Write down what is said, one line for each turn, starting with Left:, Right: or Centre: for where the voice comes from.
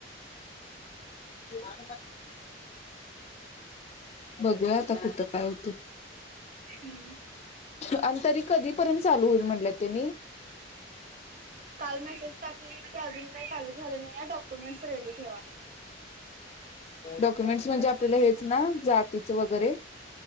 Left: जी हा. बघूया आता कुठं काय होतय?
Right: हम्म.
Left: आणि तरी कधीपर्यंत? चालू होईल म्हणलं त्यांनी
Right: काल मेसेज टाकलाय की अजून काय चालू झालं नाही आहे, डॉक्युमेंट्स रेडी ठेवा.
Left: डॉक्युमेंट्स? म्हणजे आपल्याला हेच ना जातीच वगैरे